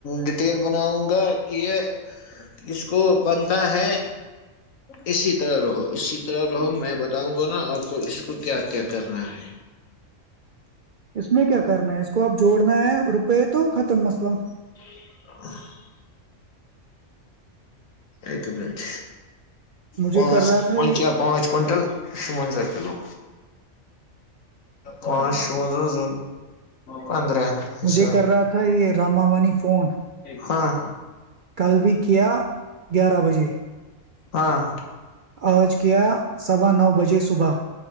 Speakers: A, on the left; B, on the right.
A: ڈیٹیل بناؤں گا یہ اس کو بنتا ہے اسی طرح رہو اسی طرح رہو میں بتاؤں گا نا آپ کو اس کو کیا کیا کرنا ہے
B: اس میں کیا کرنا ہے اس کو آپ جوڑنا ہے روپئے تو ختم مسئلہ
A: <inaudible> ا تو بھی نہیں
B: مجھے
A: پانچ
B: کر رہا تھا
A: پانچ
B: یہ
A: پانچ کینٹل شوزہ کلو پانچ شزہ ز پندرہ
B: مجھے
A: حساب
B: کر رہا تھا یہ راما وانی فون
A: ہاں
B: اللبکیہ گیارہ بجے
A: ہاں
B: آج کیا سوا نو بجے صبح